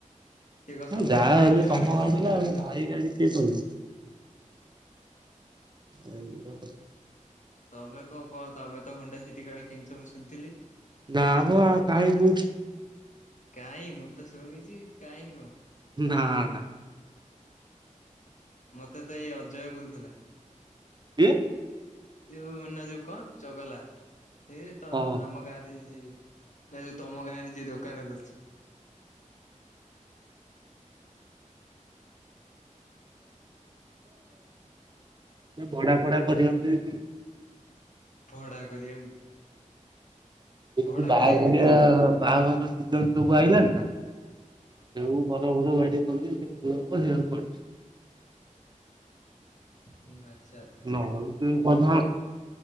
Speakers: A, on the left; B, on the right.
A: ସେଇଏ କ
B: ହଁ,
A: ସଦାଳେ
B: ଯାହା ହେଲେ
A: ବୁଲବା
B: ତମ
A: ନା
B: ଗାଡି
A: ସଦାଳେ
B: ଆଉ
A: ତ
B: ଭାଇ ଗାଡି କିଏ କହିବ। ଆଜ୍ଞା।
A: ତମେ କଣ କଣ ତମେ ତ ହୁଣ୍ଡା ସେଠି କାଳେ କିଣିଛ ମୁଁ ଶୁଣିଥିଲି?
B: ନାମ କାହିଁକି କୁ
A: କାହିଁ ମୁଁ ତ ଶୁଣିଛି କାହିଁ କଣ?
B: ନାଁ ନା।
A: ମତେ ତ ଏଇ ଅଜୟ କହୁଥିଲା।
B: କିଏ?
A: ଯୋଉ ନା ଯୋଉ କଣ ଚଗଲା ସେ ତ
B: ହଁ
A: ଆମ ଗାଁରେ ନା ଯୋଉ ତମ ଗାଁରେ ଯିଏ ଦୋକାନ ଖେଳିଛି
B: ବଡା ଫଡା କରିବା ହୁଁ ହୁଁ।
A: ଭଡା କରିବାକୁ।
B: ହୁଁ
A: ଭଡା
B: ବାହାଘରିଆ
A: କରିବାକୁ କିଣିଛୁ।
B: ବାହାଘର ସିଜନ ସବୁ ଆଇିଲାନି ନା ସୁ
A: ଓହୋ
B: ବର ବର ଗାଡି କରୁ ଭଲ ହେ କରଛ
A: ହୁଁ ଆଚ୍ଛା ଆଚ୍ଛା
B: ନ ତ ବଧା